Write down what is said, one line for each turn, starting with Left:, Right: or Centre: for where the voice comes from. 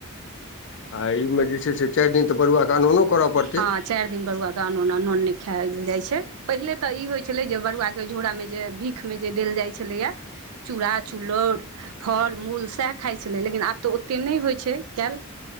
Left: आ एहिमे जे छै से चारि दिन तऽ बड़ुआके अनोनो करय पड़तै
Right: हँ चारि दिन बरुआ के आनोना नोन नहि खायब। कहल जाय छै। पहिले तऽ ई होइत छलै जे बरुआके झोरामे जे भीखमे जे देल जाइत छलैया चूड़ा-चुल्लौड़ फल-मूल सेह खाइ छलै लेकिन आब तऽ ओते नहि होइ छै कयल